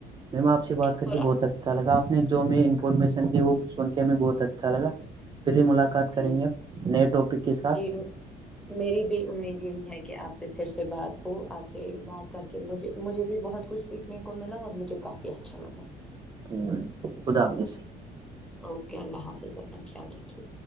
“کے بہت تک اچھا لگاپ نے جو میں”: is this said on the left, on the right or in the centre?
Right